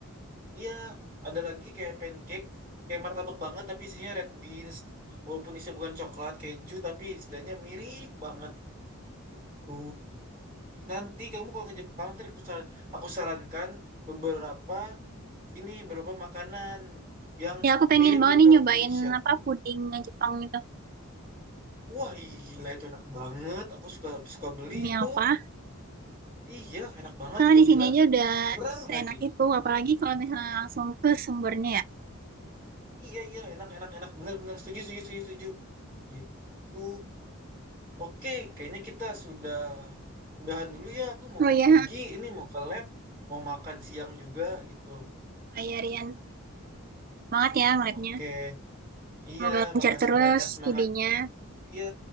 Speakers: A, on the right; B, on the right.
A: iya, ada lagi kayak pancake, kayak martabak banget tapi isinya red beans. Walaupun isinya bukan coklat, keju, tapi setidaknya mirip banget. Gitu. Nanti kamu kalau ke Jepang, nanti aku, sar- aku sarankan beberapa ini beberapa makanan yang
B: Ya aku pengen
A: mirip-mirip
B: banget nih
A: ke
B: nyobain
A: orang Indonesia.
B: apa puding Jepang itu.
A: Wah, gila itu enak banget. Aku suka suka beli
B: Demi
A: itu.
B: apa?
A: Iya, enak banget
B: Karena
A: itu
B: di sini
A: gila.
B: aja udah
A: Murah
B: seenak
A: lagi.
B: itu, apalagi kalau misalnya langsung ke sumbernya ya.
A: Iya, iya, enak enak enak benar-benar setuju setuju setuju setuju. Itu. Oke, kayaknya kita sudah udahan dulu ya. Aku mau
B: Oh ya,
A: pergi, ini mau ke lab, mau makan siang juga gitu.
B: Pak Yarian, Semangat ya ngelabnya.
A: Oke. Iya,
B: Semoga lancar
A: makasih
B: terus
A: banyak semangat.
B: studinya.
A: Iya,